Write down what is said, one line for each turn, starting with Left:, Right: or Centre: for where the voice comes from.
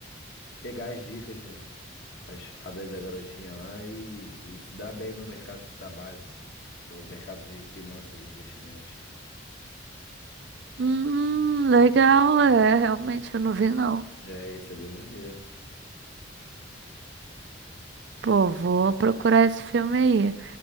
Left: pegar as dicas, né? Com as fadas da garotinha lá e, e se dar bem no mercado de trabalho, no mercado de finanças, de investimentos.
Right: hum, legal, é, realmente eu não vi não.
Left: É, isso é bem maneiro.
Right: Pô, vou procurar esse filme aí.